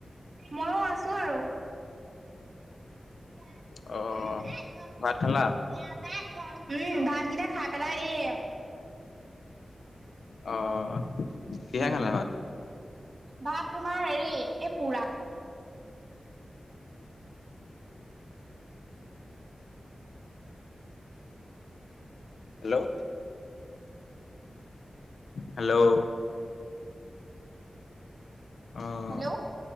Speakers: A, on the right; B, on the left.
A: ময়ো আছোঁ আৰু। ব
B: অহ
A: গব <unintelligible>
B: ভাত খালা
A: উম ভাতকেইটা খাই পেলাই এই
B: আহ কিহে
A: উম,
B: খালা ভাত?
A: ভাত তোমাৰ হেৰি পোৰা
B: হেল্ল' হেল্ল' অ'
A: হেল্ল'।